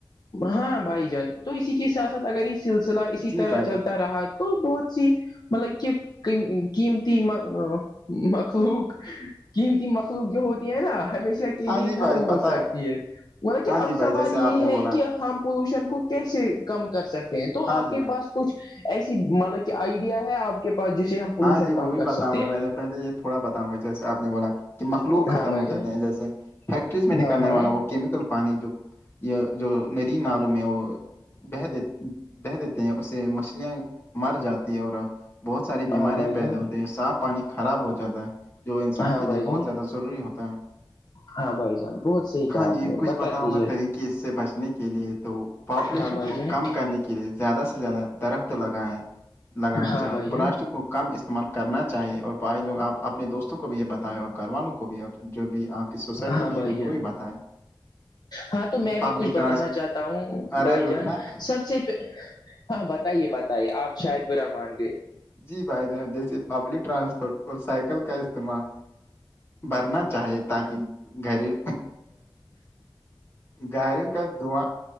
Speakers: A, on the left (about 50°); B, on the left (about 30°).
A: ہاں بھائی جانے تو اسی کے ساتھ ساتھ اگر یہ سلسلہ اسی
B: جی
A: طرح
B: بھائی جان
A: چلتا رہا تو بہت سی مطلب کہ قیمتی مخلوق قیمتی مخلوق جو ہوتی ہے نا ہمیشہ کے
B: ہاں
A: لیے
B: جی
A: ختم
B: بھائی
A: ہو
B: پتہ
A: سکتی ہے مطل کہ
B: ہاں
A: اب
B: جی
A: سب
B: بھائی جیسے
A: یہ
B: آپ نے
A: ہے
B: بولا
A: کہ ہم پولوشن کو کیسے کم کر سکتے ہیں تو
B: ہاں
A: آپ
B: جی
A: کے
B: بھائی
A: پاس کچھ ایسی مطلب کہ آئیڈیا ہے آپ کے پاس جسے ہم پولوشن
B: ہاں جی
A: کم
B: وہ بھی
A: کر
B: بتاؤں
A: سکتے
B: گا
A: ہیں
B: میں نے پہلے یہ تھوڑا بتاؤں گا جیسے آپ نے بولا کہ مخلوق
A: ہاں
B: ختم
A: بھائی
B: ہو
A: جان
B: جاتے ہیں جیسے فیکٹریز میں نکلنے
A: ہاں ہاں
B: والا وہ کیمیکل پانی جو یہ جو ندی نلوم ہے وہ بہہ دی بہہ دیتے ہیں اس سے مچھلیاں مر جاتی ہے اور بہت ساری بیماریاں
A: ہاں بھائی
B: پیدا
A: جان
B: ہوتی ہیں صاف پانی خراب ہو جاتا ہے جو انسان
A: ہاں
B: کے
A: بھائی
B: لیے
A: جان
B: بہت زیادہ ضروری ہوتا ہے
A: ہاں بھائی جان بہت صحی کہا
B: ہاں
A: آپ
B: جی
A: نے
B: کچھ
A: بتا
B: بتاؤں
A: دیجھے
B: گا طریقے اس سے بچنے کے لیے تو پاپولیشن
A: ہاں بھائی
B: کو
A: جان
B: کم کرنے کے لیے زیادہ سے زیادہ درخت لگائیں لگانا چاہے
A: ہاں بھائی
B: پلاسٹک
A: جان
B: کو استعمال کرنا چاہیے اور بھائی لوگ آپ اپنے دوستوں کو بھی یہ بتائیں اور گھر والوں کو بھی اور جو بھی آپ کہ سوسائٹی
A: ہاں بھائی
B: میں ان
A: جان
B: کو بھی بتائیں
A: ہاں تو میں
B: پبلک
A: بھی کچھ بتانا
B: ٹرانسپ
A: چاہتا ہوں
B: ارے
A: بھائی
B: رکنا
A: جان سب سے ہاں بتائیے بتائیے آپ شاید برا مان گئے
B: جی بھائی جان جیسے پبلک ٹرانسپورٹ اور سائیکل کا استعمال بھرنا چاہیے تاکہ گری گاریوں کاس دواں